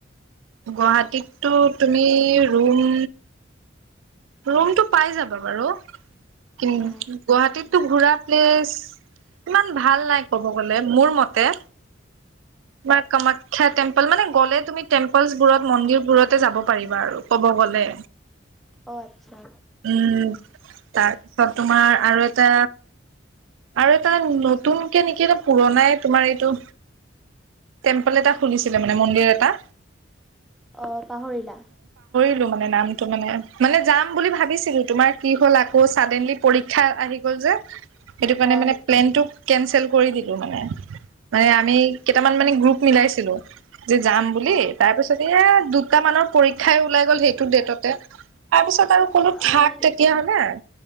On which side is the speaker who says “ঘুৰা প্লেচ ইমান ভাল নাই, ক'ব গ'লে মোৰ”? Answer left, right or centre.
Right